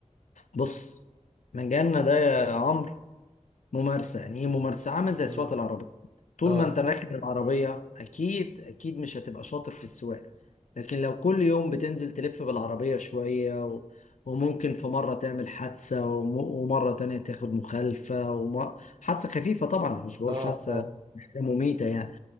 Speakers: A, on the left (about 75°); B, on the right (about 35°).
A: بص مجالنا ده يا عمرو ممارسة يعني ايه ممارسة عامل زي سواقة
B: امم
A: العربية طول
B: اه
A: ما انت راكب العربية اكيد اكيد مش هتبقى شاطر في السواقة لكن لو كل يوم بتنزل تلف بالعربية شوية و... وممكن في مرة تعمل حادثة وم... ومرة تانية تاخد مخالفة وم... حادثة خفيفة طبعا أنا مش بقول
B: اه
A: حادثة
B: اه
A: حاجة مميتة يعني